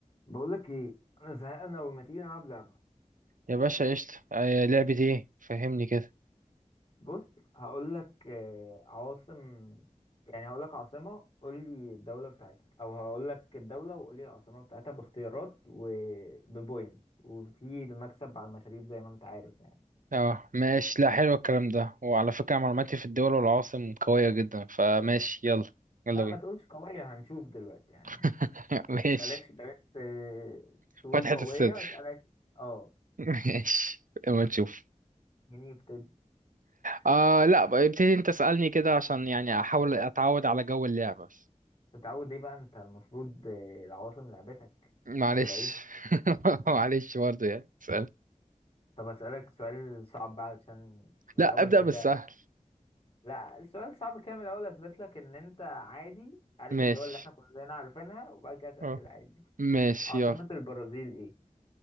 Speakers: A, on the left (about 45°); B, on the right (about 80°).
A: بقول لك ايه انا زهقان قوي ما تيجي نلعب لعبه
B: يا باشا قشطة آه، لعبة ايه فهمني كده
A: بص هقول لك آه، عواصم يعني هقول لك عاصمه قول لي الدوله بتاعتها او هقول لك الدوله وقول لي العاصمه بتاعتها باختيارات وببوينت وفي المكسب على المشاريب زي ما انت عارف يعني
B: اه ماشي لا حلو الكلام ده وعلى فكرة معلوماتي في الدول والعواصم قوية جدا فماشي يلا يلا
A: لا
B: بينا
A: ما تقولش قويه هنشوف دلوقتي يعني
B: <laughs> ماشي
A: بلاش بلاش آه، تقول
B: فتحة
A: قويه
B: الصدر
A: اسالك اه
B: <laughs> ماشي اما نشوف
A: مين يبتدي
B: آه لا بقى ابتدي انت اسألني كده عشان يعني احاول اتعود على جو اللعبة
A: تتعود ايه بقى انت المفروض آه، العواصم لعبتك
B: معلش
A: ولا ايه
B: <laughs> معلش برضه يعني اسأل
A: طب أسألك سؤال صعب بقى علشان من
B: لا
A: الأول
B: ابدأ
A: كده
B: بالسهل
A: لا السؤال صعب كده من الأول أثبت لك إن أنت عادي عارف
B: ماشي
A: الدول اللي إحنا كلنا عارفينها وبعد كده أسألك
B: اه
A: العادي
B: ماشي
A: عاصمة
B: يلا
A: البرازيل إيه؟